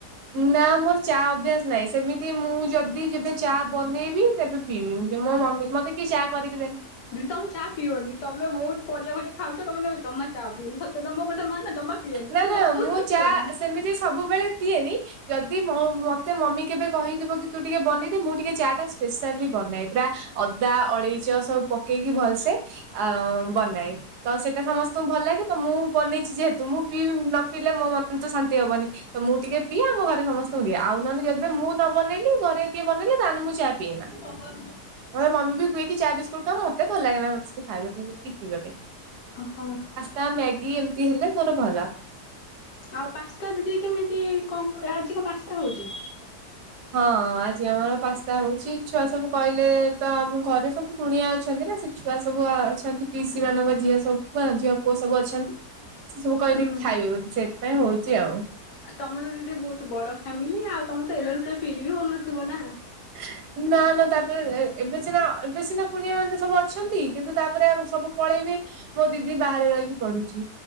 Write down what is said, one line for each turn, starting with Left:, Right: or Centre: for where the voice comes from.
Right: ନା ମୋର ଚା ଅଭ୍ୟାସ ନାହିଁ ସେମିତି ମୁଁ ଯଦି ଯେବେ ଚା ବନେଇବି ତେବେ ପିଇବି ମୋ ମମି ମତେ କିଏ ଚା କରିକି ଦେ
Left: ଦଦି ତମେ ଚା ପିଅନି ତମେ ବହୁତ ପରିବା ଫରିବା ଖାଉଚ ତମେ ତମେ ଜମା ଚା ପିଅନି ସତ ତ ମୋ କଥା ମାନ ଜମା ପିଅନି
Right: ନା
Left: ଯଦି
Right: ନା
Left: ନ ପିଉଚ
Right: ମୁଁ ଚା
Left: ପିଅନି।
Right: ସେମିତି ସବୁବେଳେ ପିଏନି ଯଦି ମତେ ମମି କେବେ କହିଥିବ କି ତୁ ଟିକେ ବନେଇଦେ ମୁଁ ଟିକେ ଚା ଟା ସ୍ପେଶାଲ ବି ବନାଏ ପୁରା ଅଦା ଅଳେଇଚ ସବୁ ପକେଇକି ଭଲସେ ଆ ବନାଏ ତ ସେଇଟା ସମସ୍ତଙ୍କୁ ଭଲ ଲାଗେ ତ ମୁଁ ବନେଇଛି ଯେହେତୁ ମୁଁ ପିଉ ନ ପିଇଲେ ମୋ ମନ ତ ଶାନ୍ତି ହବନି। ତ ମୁଁ ଟିକେ ପିଏ ଆମ ଘରେ ସମସ୍ତଙ୍କୁ ଦିଏ ଆଉ ନହେଲେ ଯେବେ ମୁଁ ନ ବନେଇଲି ଘରେ କିଏ ବନେଇଲେ ତାହେନେ ମୁଁ ଚା ପିଏନି।
Left: <unintelligible>
Right: ମତେ ମମି ବି କୁଏ କିି ଚା ବିସ୍କୁଟ ଖା ମତେ ଭଲ ଲାଗେନା <unintelligible> ଖାଇବା ପାଇଁ କି କି ପିଇବା ପାଇଁ।
Left: ଓହୋ।
Right: ତ ମ୍ୟାଗି ଏମିତି ହେଲେ ମୋର ଭଲ।
Left: ଆଉ ପାସ୍ତା ଦିଦି କେମିତି କଣ ଆଜି କଣ ପାସ୍ତା ହଉଚି?
Right: ହଁ ଆଜି ଆମର ପାସ୍ତା ହଉଚି ଛୁଆ ସବୁ କହିଲେ ତ ଆମ ଘରେ ସବୁ କୁଣିଆ ଅଛନ୍ତି ନା ସେ ଛୁଆ ସବୁ ଅଛନ୍ତି ପିଇସି ମାନଙ୍କ ଝିଅ ସବୁ ଝିଅ ପୁଅ ସବୁ ଅଛନ୍ତି। ସେ ସବୁ କହିଲେ
Left: ହୁଁ
Right: କି ଖାଇବେ ବୋଲି ସେଥିପାଇଁ ହଉଚି ଆଉ।
Left: ଆଉ ତମର ତ ଦିଦି ବହୁତୁ ବଡ଼ ଫ୍ୟାମିଲି ଆଉ ତମକୁ ତ ଏଲନ କେବେ ଫିଲ୍ ବି ହଉନଥିବ ନା!
Right: <unintelligible> ନା ନା ତାପରେ ଏ ଏବେ ସିନା ଏବେ ସିନା କୁଣିଆ ମାନେ ସବୁ ଅଛନ୍ତି କିନ୍ତୁ ତାପରେ ଆଉ ସବୁ ପଳେଇବେ ମୋ ଦିଦି ବାହାରେ ରହିିକି ପଢୁଛି